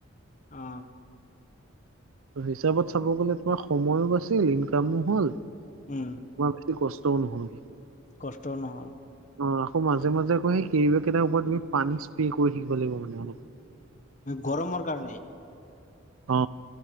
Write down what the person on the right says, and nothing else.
ত' হিচাপত চাব গ'লে, তোমাৰ সময়ো বাছিল, ইনকামো হ'ল।
তোমাৰ বেছি কষ্টও নহ'লগে।
অ'! আকৌ মাজে-মাজে, আকৌ সেই, কেৰি বেগ কেইটাৰ ওপৰত তুমি, পানী স্প্ৰে কৰি থাকিব লাগিব মানে, অলপ।
অ'!